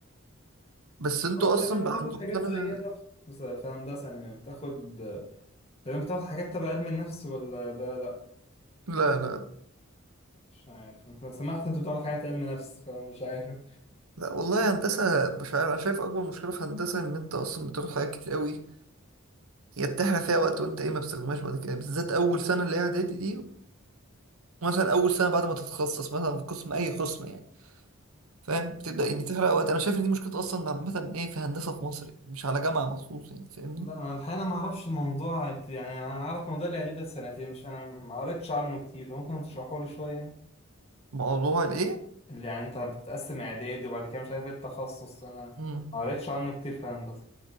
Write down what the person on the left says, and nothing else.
أو
تمام
بتاخد
حاجات زيها
في بس- في هندسة يعني بتاخد تمام بتاخد حاجات تبع علم النفس ولا ده لأ
مش عارف أنت سمعت أنت بتاخد حاجات علم نفس فمش عارف
لا انا الحقيقه انا ما اعرفش الموضوع يعني انا اعرف موضوع الاعداد ده سنتين مش ما قريتش عنه كتير فممكن تشرحه لي شويه يعني
اللي يعني انت بتتقسم اعدادي وبعد كده مش عارف ايه التخصص انا
ما قريتش عنه كتير في هندسه